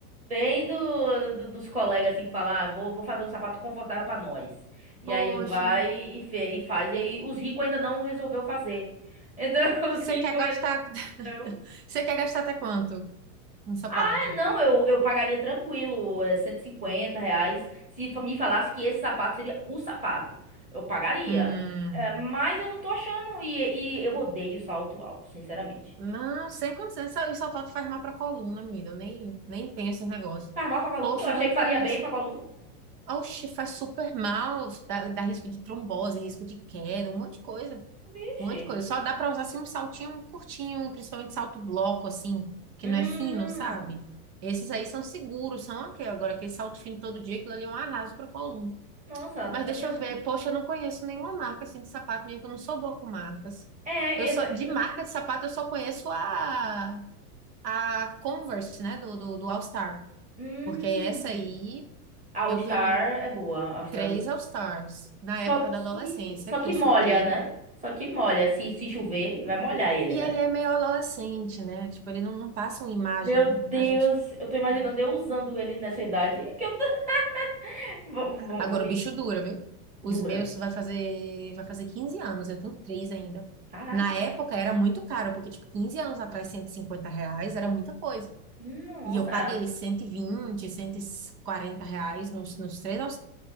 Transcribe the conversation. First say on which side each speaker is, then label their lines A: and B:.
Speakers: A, on the right; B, on the right.
A: bem do, do- dos colegas assim que fala, ah, vou, vou fazer um sapato confortável pra nós. E
B: poxa.
A: aí vai e, fe, e faz. E aí os ricos ainda não resolveu fazer. Então <laughs>
B: Você
A: os ricos
B: quer gastar,
A: ainda
B: <laughs>
A: não
B: você quer gastar até quanto no sapato?
A: ah, não, eu, eu pagaria tranquilo, é, 150 reais. Se fa- me falasse que esse sapato seria o sapato, eu pagaria.
B: Hum.
A: É, mas eu não tô achando. E, e eu odeio salto alto, sinceramente.
B: Não, sem condições. Isso isso só falta faz mal pra coluna, menina. Eu nem, nem tenho esses negócios.
A: Faz mal pra coluna?
B: Poxa,
A: Eu achei
B: eu não
A: que
B: conheço.
A: faria bem pra coluna.
B: Oxe, faz super mal. Dá, dá risco de trombose, risco de queda, um monte de coisa.
A: Vixe.
B: Um monte de coisa. Só dá pra usar assim um saltinho curtinho, principalmente salto bloco, assim, que
A: Hum,
B: não é fino, sabe? Esses aí são seguros, são ok. Agora, aquele salto fino todo dia, aquilo ali é um arraso pra coluna.
A: nossa,
B: Mas
A: sabia
B: deixa eu
A: não.
B: ver. Poxa, eu não conheço nenhuma marca assim de sapato minha, que eu não sou boa com marcas.
A: É,
B: Eu só,
A: eu- eh,
B: de marca de sapato, eu só conheço a a Converse, né, do, do, do All Star.
A: hum,
B: Porque essa aí,
A: All
B: eu
A: Star
B: tenho um,
A: é boa, All Star
B: três
A: é boa.
B: All Stars na
A: Só
B: época
A: que,
B: da adolescência,
A: só
B: que
A: que
B: eu
A: molha,
B: surtei.
A: né? Só que molha. Se, se chover, vai molhar ele,
B: E
A: né?
B: ele é meio adolescente, né? Tipo, ele não, não passa uma imagem,
A: Meu Deus,
B: a gente,
A: eu tô imaginando
B: né?
A: eu usando ele nessa idade que eu <laughs> vou, vou,
B: Agora
A: vou me
B: o bicho dura, viu? Os
A: dura.
B: meus vai fazer, vai fazer 15 anos, eu tenho três ainda.
A: Caraca.
B: Na época era muito caro, porque, tipo, 15 anos atrás, 150 reais era muita coisa.
A: Nossa.
B: E eu paguei
A: Ah.
B: cento cento e vinte cento e quarenta reais nos, nos três all